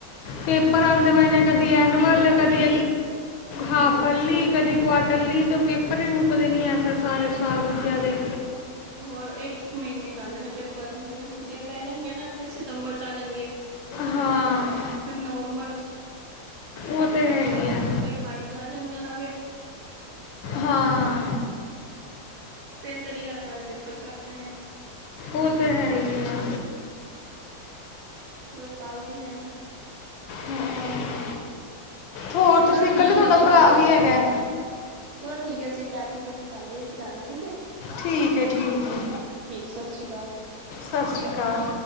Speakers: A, on the left; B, on the right.
A: ਪੇਪਰ ਆਉਦੇ ਬਜਣੇ ਕਦੀ ਐਨੂਅਲ ਕਦੀ ਹਾਫਰਲੀ ਕਦੀ ਕੁ ਇਕੱਲੀ ਤਾਂ ਉਹ ਪੇਪਰ ਵੀ ਮੁੱਕਦੇ ਨਹੀਂ ਹੈ ਫਿਰ ਸਾਰੇ ਸਾਲ ਬੱਚਿਆ ਦੇ
B: ਹੋਰ ਇੱਕ ਇੱਕ ਮਹੀਨੇ ਚ ਆਉਂਦੇ ਨੇ ਪੇਪਰ ਹੁਣ ਛੁੱਟੀਆਂ ਪੈ ਜਾਣਗੀਆਂ ਨਾ ਫਿਰ ਸਤੰਬਰ ਚ ਆ ਜਾਣਗੇ
A: ਹਾਂ
B: ਫਿਰ ਨਵੰਬਰ ਚ
A: ਉਹ ਤੇ ਹੈ ਹੀ ਹੈ
B: ਫਿਰ ਫਾਈਨਲ ਆ ਜਾਣਗੇ ਨਾ ਦੇ
A: ਹਾਂ
B: ਤਿੰਨ ਤਰੀਕੇ ਦੇ ਪੇਪਰ ਕਰਦੇ ਨੇ
A: ਉਹ ਤੇ ਹੈ ਹੀ ਹੈ
B: ਪੂਰੇ ਸਾਲ ਦੀ ਮਿਹਨਤ
A: ਹਮ ਹੋਰ
B: ਚਲੋ
A: ਤੁਸੀਂ
B: ਠੀਕ
A: ਇਕੱਲੇ ਤੁਹਾਡਾ
B: ਐ ਅਸੀਂ
A: ਭਰਾ
B: ਹੋਰ
A: ਵੀ ਹੈਗਾ
B: ਚਲੋ ਠੀਕ ਹੈ ਅਸੀਂ ਪੈਕਿੰਗ ਪੁੂਕਿੰਗ ਕਰ ਲਈਏ ਅਸੀਂ ਜਾਣਾ ਠੀਕ ਹੈ
A: ਠੀਕ ਹੈ ਠੀਕ ਹੈ
B: ਠੀਕ ਸਤਿ ਸ੍ਰੀ ਅਕਾਲ
A: ਸਤਿ ਸ਼੍ਰੀ ਅਕਾਲ